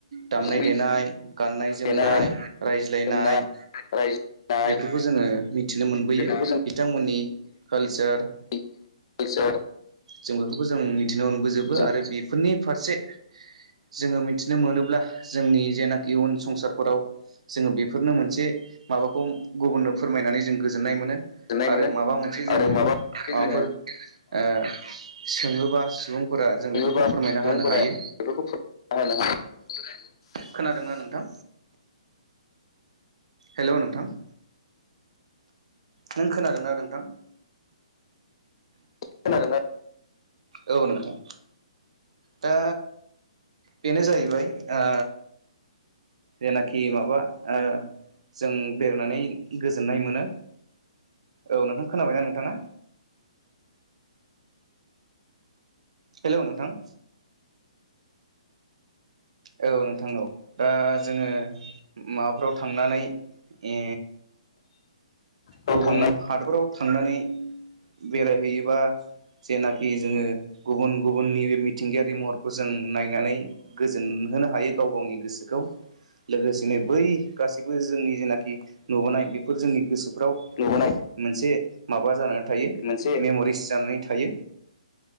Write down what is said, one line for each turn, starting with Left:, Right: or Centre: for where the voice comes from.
Right: दामनाय
Left: बिसोरनि
Right: देनाय गाननाय जोमनाय
Left: देनाय
Right: रायज्लायनाय
Left: जोमनाय रायजो जानाय
Right: बेफोरखौ जोङो मिथिनो मोनबोयो
Left: बेफोरखौ जों
Right: बिथां मोननि कालसार
Left: एस <inaudible>
Right: जों बेफोरखौ जों मिथिनो मोनबो जोबो
Left: जों
Right: आरो बेफोरनि फारसे जोङो मिथिनो मोनोब्ला जोंनि जेनाखि उन संसार फोराव जोङो बेफोरनो मोनसे माबाखौ गुबुननो फोरमाय नानै जों गोजोननाय मोनो।
Left: गोजोननाय
Right: आरो
Left: मोनो
Right: माबा मोनसे जोङो
Left: आरो माबा मोनसे
Right: माबा
Left: जोङो
Right: फोर ओ सोङोबा सुबुंलफोरा जों
Left: नुयोबा
Right: बेफोरखौ
Left: सुबुंफोरा
Right: फोरमायना होनो हायो।
Left: बेफोरखौ फोरमायना <unintelligible>
Right: खोनादोंना नोंथां हेल' नोंथां। नों खोनादोंना नोंथां?
Left: खोनादोंना
Right: औ नोंथां। दा बेनो जाहैबाय ओ जेनाखि माबा ओ जों बेरायनानै गोजोननाय मोनो औ नोंथां खोना बायना नोंथाङा? हेल' नोंथां। औ नोंथां औ दा जोङो माबाफ्राव थांनानै इ
Left: बेयाव
Right: गुबुन
Left: थांनाय
Right: हादराव थांनानै बेराय हैयोबा जेनाखि जोङो गुबुन गुबुन नि बे मिथिंगायारि महरखौ जों नायनानै गो जोन होनो हायो गाव गावनि गोसोखौ। लोगोसेनो बै गासैबो जोंनि जेनाखि नुबोनाय बेफोर जोंनि गोसोफ्राव
Left: नुबोनाय
Right: मोनसे माबा जानानै थायो
Left: मोनसे
Right: मेम'रिस जानानै थायो।